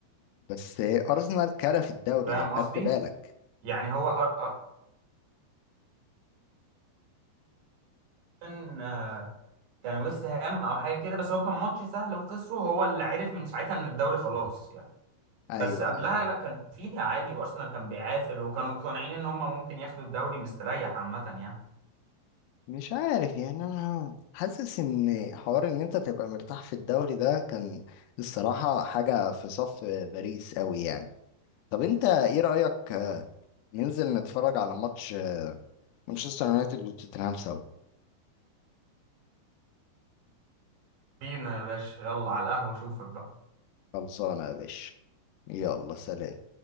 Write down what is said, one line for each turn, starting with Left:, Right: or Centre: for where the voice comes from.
Left: بس آه، أرسنال كرف الدوري
Right: فاهم
Left: لو
Right: قصدي
Left: خدت بالك
Right: يعني هو أر- أر- كان آه، كان ويست هام او حاجه كده بس هو كان ماتش سهل وخسره هو اللي عرف من ساعتها ان الدوري خلاص يعني
Left: ايوه
Right: بس قبلها
Left: ايوه
Right: لا كان فيها عالي وارسنال كان بيعافر وكانوا مقتنعين ان هم ممكن ياخدوا الدوري مستريح عامه يعني
Left: مش عارف يعني انا حاسس ان حوار ان انت تبقى مرتاح في الدوري ده كان الصراحة حاجة في صف باريس قوي يعني طب انت ايه رأيك ننزل نتفرج على ماتش مانشستر يونايتد وتوتنهام سوا
Right: بينا يا باشا يلا على القهوه اشوفك بقى
Left: خلصانة يا باشا يلا سلام